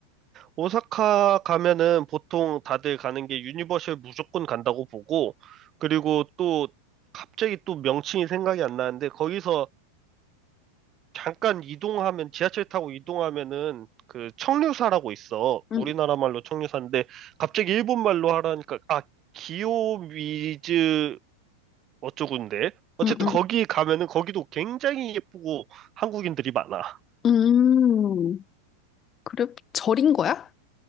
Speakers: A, on the right; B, on the left.
A: 오사카 가면은 보통 다들 가는 게 유니버셜 무조건 간다고 보고, 그리고 또 갑자기 또 명칭이 생각이 안 나는데, 거기서 잠깐 이동하면 지하철 타고 이동하면은 그 청류사라고 있어.
B: 응,
A: 우리나라 말로 청류사인데 갑자기 일본 말로 하라니까 아 기요미즈 어쩌군데. 어쨌든
B: 응, 응.
A: 거기 가면은 거기도 굉장히 예쁘고 한국인들이 많아.
B: 음, 그래? 절인 거야?